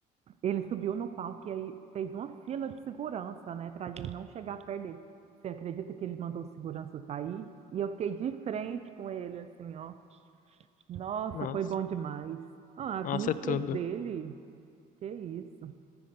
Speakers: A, on the right (about 40°); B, on the left (about 50°).
A: Ele subiu no palco e aí fez uma fila de segurança, né, para a gente não chegar perto dele. Você acredita que ele mandou o segurança sair? E eu fiquei de frente com ele, assim, ó. Nossa,
B: Nossa,
A: foi bom demais. Ah, as
B: nossa,
A: músicas
B: tudo.
A: dele, que isso.